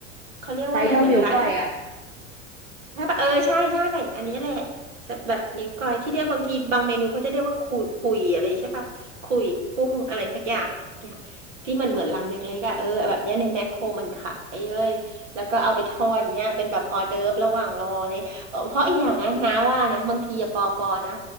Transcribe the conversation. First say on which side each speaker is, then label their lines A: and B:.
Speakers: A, on the right (about 70°); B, on the right (about 85°).
A: เขาเรียกว่าอะไรเหมือนร้านอาหาร
B: ไซส์เท่านิ้วก้อยอะ
A: ใช่ปะเออใช่ใช่อันนี้แหละแบบนิ้วก้อยที่เรียกบางทีบางเมนูเขาจะเรียกว่าคุยคุยอะไรใช่ปะคุยกุ้งอะไรสักอย่างสักอย่างที่มันเหมือนลำเล็กๆอ่ะเออแบบเนี้ยในแมคโครมันขายเอ้ยแล้วก็เอาไปทอดเนี้ยเป็นแบบออเดิร์ฟระหว่างรอเลย <laughs> เออเพราะอีกอย่างนะน้าว่านะบางทีอย่าปอปอนะ